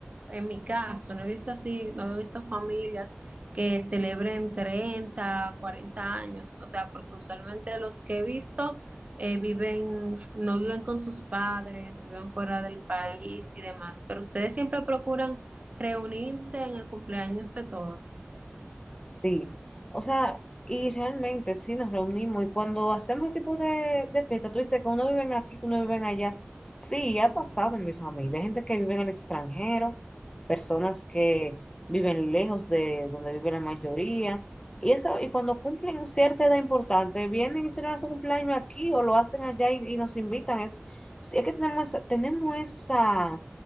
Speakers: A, on the right; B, on the left.
A: en mi caso, no he visto así, no he visto familias que celebren treinta cuarenta años, o sea, porque usualmente los que he visto eh, viven, no viven con sus padres, viven fuera del país y demás, pero ustedes siempre procuran reunirse en el cumpleaños de todos.
B: Sí, o sea, y realmente sí nos reunimos y cuando hacemos este tipo de, de fiesta, tú dices que uno vive aquí, que uno vive allá. Sí, ha pasado en mi familia, Hay gente que vive en el extranjero, personas que viven lejos de donde vive la mayoría. Y eso, y cuando cumplen una cierta edad importante, vienen y celebran su cumpleaños aquí o lo hacen allá y, y nos invitan. Es, sí, es que tenemos esa, tenemos esa,